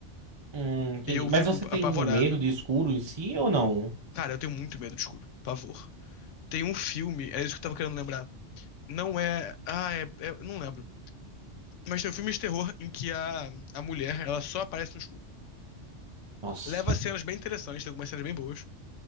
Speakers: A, on the right; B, on the left.
A: Hum, entendi.
B: eu
A: Mas
B: fico
A: você tem
B: apavorado.
A: um medo de escuro em si ou não?
B: Cara, eu tenho muito medo de escuro, pavor. Tem um filme, é isso que eu tava querendo lembrar. Não é, ah, é, é- eu não lembro. Mas tem um filme de terror em que a, a mulher, ela só aparece no escuro.
A: Nossa.
B: Leva cenas bem interessantes, tem algumas cenas bem boas.